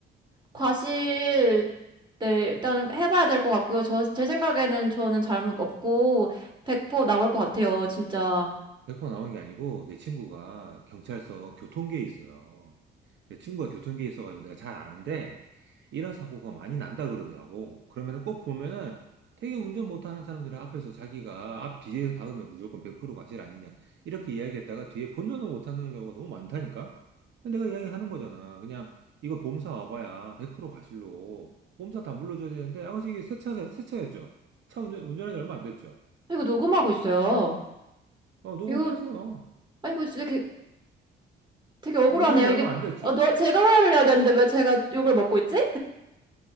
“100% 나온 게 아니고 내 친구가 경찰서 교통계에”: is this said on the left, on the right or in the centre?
Right